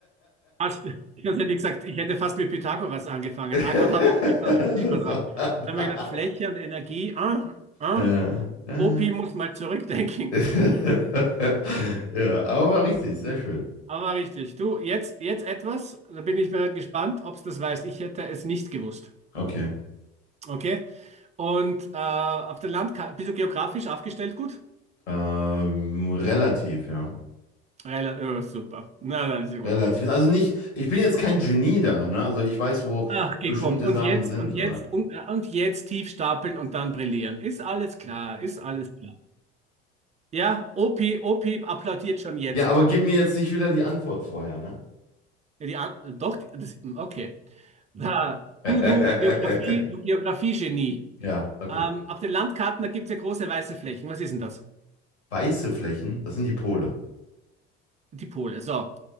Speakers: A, on the right; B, on the left.
A: Hast du- Ich hätte gesagt, ich hätte fast mit Pythagoras angefangen.
B: <laughs> Das
A: A Quadrat plus B Quadrat ist C
B: war
A: Quadrat. Dann haben wir gedacht, Fläche und Energie. Ah, ah.
B: äh, äh.
A: Opi muss mal zurückdenken.
B: <laughs> Ja, aber war richtig, sehr schön.
A: Aber richtig. Du, jetzt, jetzt etwas, da bin ich mal gespannt, ob du das weißt. Ich hätte es nicht gewusst.
B: Okay.
A: Okay? Und äh, auf dem Land ka- bist du geografisch aufgestellt gut?
B: Ähm, relativ, ja.
A: Rela- Oh, super. Na, dann ist ja gut.
B: Relativ. Also nicht, ich bin jetzt kein Genie darin, ne? Also ich weiß, wo
A: Ach, gekommen.
B: bestimmte
A: Und
B: Sachen
A: jetzt,
B: sind.
A: und jetzt,
B: Ja,
A: und, äh, und jetzt tief stapeln und dann brillieren. Ist alles klar, ist alles klar. Ja, Opi, Opi applaudiert schon jetzt.
B: Ja, aber gib mir jetzt nicht wieder die Antwort vorher, ne?
A: Ja, die, an- doch, die- das, hm, okay. Da,
B: <laughs>
A: du, du, Geografie, du Geografie-Genie.
B: Ja, okay.
A: Ähm, auf den Landkarten, da gibt es ja große weiße Flächen. Was ist denn das?
B: Weiße Flächen, das sind die Pole.
A: Die Pole, so.